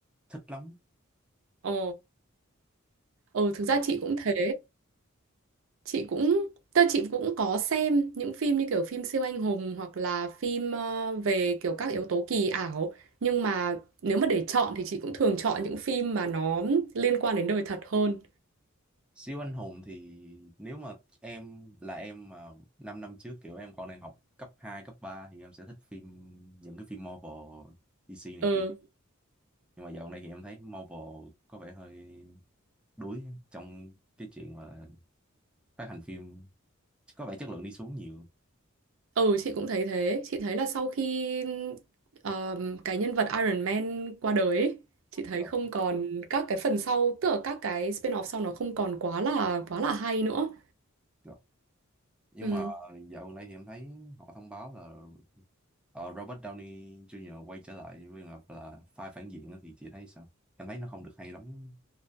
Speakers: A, in the centre; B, on the right.
A: thích lắm
B: Ờ, ừ, thực
A: Ờ.
B: ra chị cũng thế. chị cũng tức là chị cũng có xem những phim như kiểu phim siêu anh hùng hoặc là phim ờ, về kiểu các yếu tố kỳ ảo nhưng mà nếu mà để chọn thì chị cũng thường chọn những phim mà nó liên quan đến đời thật hơn
A: siêu anh hùng thì nếu mà em là em mà 5 năm năm trước kiểu em còn đang học cấp 2 cấp 3 thì em sẽ thích phim những cái phim Marvel DC này
B: ừ
A: kia nhưng mà dạo này thì em thấy Marvel có vẻ hơi đuối trong cái chuyện mà phát hành phim có vẻ chất lượng đi xuống nhiều
B: ừ chị cũng thấy thế chị thấy là sau khi ờm, cái nhân vật Iron Man qua đời ấy, chị thấy
A: Rồi,
B: không còn các cái phần sau tức là các cái spin-off sau nó không còn quá là quá là hay nữa
A: rồi. nhưng
B: ừ
A: mà dạo gần đây thì em thấy họ thông báo là ờ, Robert Downey Jr. quay trở lại với là, là vai phản diện á, thì chị thấy sao em thấy nó không được hay lắm